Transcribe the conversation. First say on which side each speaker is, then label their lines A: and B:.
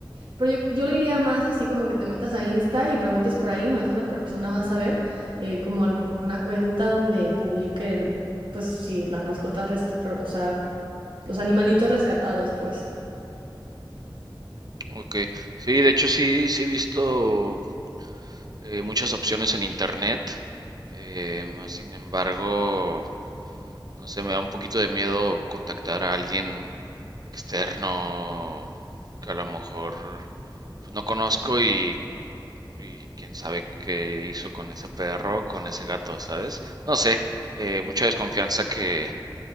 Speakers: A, on the right; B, on the right.
A: Pero yo, yo le iría más así como que te metas a Insta y preguntes por ahí, más de una persona va a saber, eh, como alguna cuenta donde publiquen, pues sí, las mascotas, rest- re- o sea, los animalitos rescatados, pues.
B: Ok, sí, de hecho sí, sí he visto eh, muchas opciones en internet. eh, más sin embargo, no sé, me da un poquito de miedo contactar a alguien externo que a lo mejor pues, no conozco y, y quién sabe qué hizo con ese perro, con ese gato, ¿sabes? No sé, eh, mucha desconfianza que,